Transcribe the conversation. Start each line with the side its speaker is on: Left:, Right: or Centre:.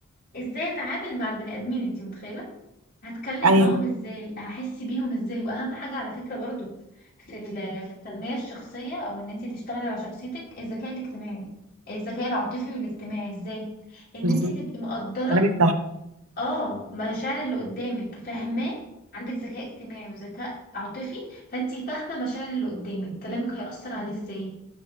Left: ازاي اتعامل مع البني ادمين انت متخيله هتكلم
Right: ايوه
Left: معاهم ازاي هحس بيهم ازاي واهم حاجه على فكره برضو في ال- <laughs> في التنميه الشخصيه او ان انت تشتغلي على شخصيتك الذكاء الاجتماعي الذكاء العاطفي والاجتماعي ازاي ان
Right: بالظبط
Left: انت تبقي مقدره
Right: كلامك صح
Left: اه مشاعر اللي قدامك فاهماه عندك ذكاء اجتماعي وذكاء عاطفي فانتي فاهمة مشاعر اللي قدامك كلامك هيأثر عليه ازاي